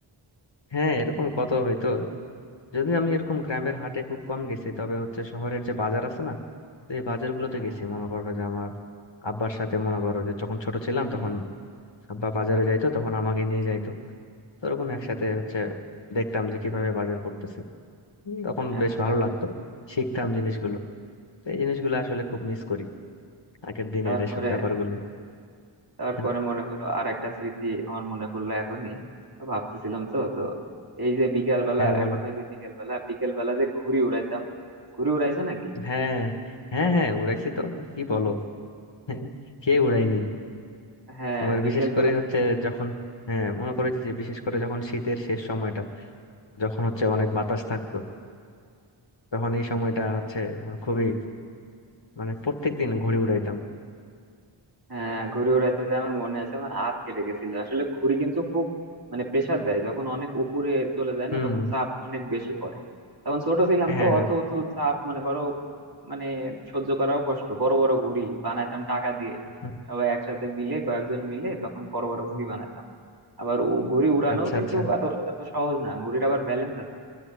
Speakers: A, on the left; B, on the right.
A: হ্যাঁ এরকম কত হইতো যদি আমি এরকম গ্রামের হাটে খুব কম গেছি তবে হচ্ছে শহরের যে বাজার আছে না তো এই বাজারগুলোতে
B: হ্যাঁ
A: গেছি মনে করো যে আমার আব্বার সাথে মনে করো যে যখন ছোট ছিলাম তখন আব্বা বাজারে যাইতো তখন আমাকে নিয়ে যাইতো তো ওরকম একসাথে হচ্ছে দেখতাম যে কিভাবে বাজার করতেছে উম, তখন
B: আচ্ছা
A: বেশ ভালো
B: আচ্ছা
A: লাগতো শিখতাম জিনিসগুলো তো এই জিনিসগুলো আসলে খুব মিস করি আগের দিনের
B: তারপরে
A: এসব ব্যাপারগুলো
B: তারপরে
A: <laughs>
B: মনে করো আর একটা স্মৃতি আমার মনে পড়লো এখনই তো ভাবতেছিলাম তো তো এই যে বিকেল বেলা
A: হ্যাঁ বলো
B: এখন এই যে বিকেল বেলা বিকেল বেলা যে ঘুড়ি উড়াইতাম ঘুড়ি উড়াইছে নাকি
A: হ্যাঁ হ্যাঁ হ্যাঁ উড়াইছি তো কি বলো হ্যাঁ, কে উড়াইনি
B: হ্যাঁ
A: তোমার
B: বিকেল
A: বিশেষ করে হচ্ছে যখন হ্যাঁ মনে করে যে বিশেষ করে যখন শীতের শেষ সময়টা যখন হচ্ছে অনেক বাতাস থাকতো তখন এই সময়টা
B: বেলা
A: হচ্ছে আমার খুবই মানে প্রত্যেক দিন ঘুড়ি উড়াইতাম
B: হ্যাঁ ঘুড়ি উড়াইতে যে আমার মনে আছে আমার হাত কেটে গেছিল আসলে ঘুড়ি কিন্তু খুব মানে প্রেসার দেয় যখন অনেক উপরে চলে যায়
A: হুম
B: না তখন চাপ অনেক বেশি পড়ে তখন ছোট ছিলাম
A: হ্যাঁ
B: তো অত অত চাপ মনে করো মানে সহ্য করাও কষ্ট বড় বড় ঘুড়ি বানাইতাম টাকা দিয়ে
A: হুম,
B: সবাই একসাথে মিলে কয়েকজন মিলে তখন বড় বড় ঘুড়ি বানাতাম আবার উ- ঘুড়ি উড়ানো
A: আচ্ছা
B: কিন্তু
A: আচ্ছা
B: এত এত সহজ না ঘুড়ির আবার ব্যালেন্স আছে